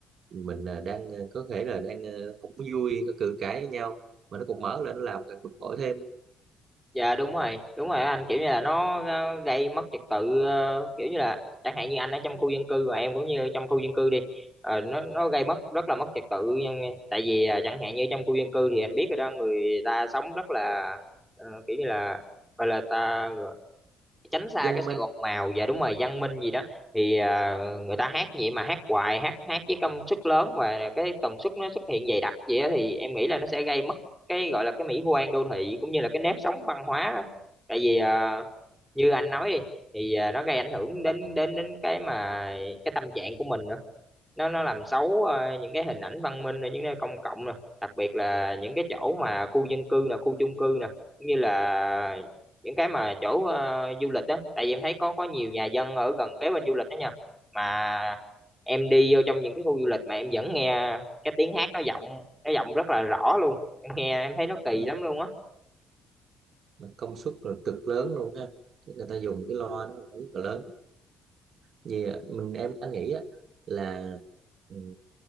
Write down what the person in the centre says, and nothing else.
dạ đúng rồi đúng rồi anh kiểu như là nó, nó gây mất trật tự ờ, kiểu như là chẳng hạn như anh ở trong khu dân cư và em cũng như trong khu dân cư đi ờ, nó nó gây mất rất là mất trật tự nhưng- tại vì à, chẳng hạn như trong khu dân cư thì anh biết rồi đó người ta sống rất là ờ, kiểu như là gọi là ta tránh xa
cái sự
ồn ào và đúng rồi văn minh gì đó
thì à, người ta hát vậy mà hát hoài hát hát với công suất lớn và cái tần suất nó xuất hiện dày đặc vậy á, thì em nghĩ là nó sẽ gây mất cái gọi là cái mỹ quan đô thị cũng như là cái nếp sống văn hóa tại vì à, như anh nói đi, thì à, nó gây ảnh hưởng đến đến đến cái mà cái tâm trạng của mình nữa nó nó làm xấu ờ, những cái hình ảnh văn minh ở những nơi công cộng nè đặc biệt là những cái chỗ mà khu dân cư nè khu chung cư nè cũng như là những cái mà chỗ ờ, du lịch đó tại vì em thấy có có nhiều nhà dân ở gần kế bên du lịch đó nha mà em đi vô trong những cái khu du lịch mà em vẫn nghe cái tiếng hát nó vọng nó vọng rất là rõ luôn em nghe em thấy nó kỳ
lắm luôn á